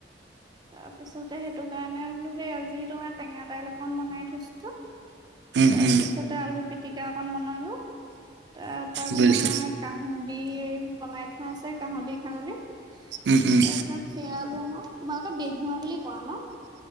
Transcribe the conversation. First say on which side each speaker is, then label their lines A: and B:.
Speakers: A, on the right (about 25°); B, on the right (about 75°).
A: তাৰপিছতে সেইটো কাৰণে বোলো সেই আজি তোমাৰ টেঙা দাইল অকণ বনাই থৈছোঁ।
B: উম
A: তাৰপিছতে
B: উম
A: আলু পিটিকা অকন বনালো, তাৰপৰা
B: বুজিছো
A: তোমাৰ কাহুদি বনাই থোৱা আছে কাহুদি খাৱলি,
B: উম, উম,
A: তাৰপিছত সেয়ালুমই, তোমালোকে বেহুৱা বুলি কোৱা ন।